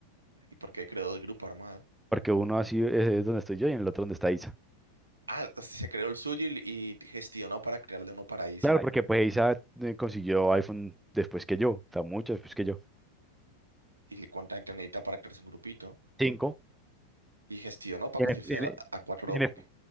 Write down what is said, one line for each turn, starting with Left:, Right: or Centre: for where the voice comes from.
Right: ¿Y por qué creó el grupo armado?
Centre: Porque uno así es, es donde estoy yo y en el otro donde está Isa.
Right: Ah, se creó el suyo y, y gestionó para crearle uno para Isa.
Centre: Claro, ay, porque pues Isa eh, consiguió iPhone después que yo, o sea, mucho después que yo.
Right: ¿Y le- cuánta gente necesita para crearse un grupito?
Centre: Cinco.
Right: Y gestionó para
Centre: Y
Right: conseguirse
Centre: en,
Right: a, la- a cuatro
Centre: en- en-